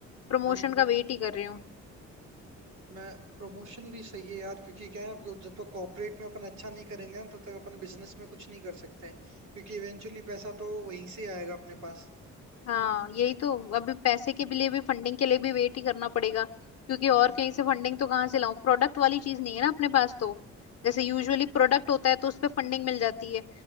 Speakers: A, on the left; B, on the right.
A: प्रमोशन
B: वही तो
A: का वेट ही कर रही
B: मैं प्रमोशन भी सही है यार क्योंकि क्या है आपको जब तक कॉर्पोरेट में अपन अच्छा नहीं करेंगे ना तब तक अपन बिजनेस में कुछ नहीं कर सकते क्योंकि इवेंचुअली पैसा तो वहीं से आएगा अपने पास
A: हाँ यही तो अभी पैसे के लिए भी फंडिंग के लिए भी वेट ही करना पड़ेगा क्योंकि
B: हाँ
A: और कहीं से फंडिंग तो कहाँ से लाऊं प्रोडक्ट वाली चीज नहीं है ना अपने पास तो जैसे यूजुअली प्रोडक्ट होता है तो उस पे फंडिंग मिल जाती है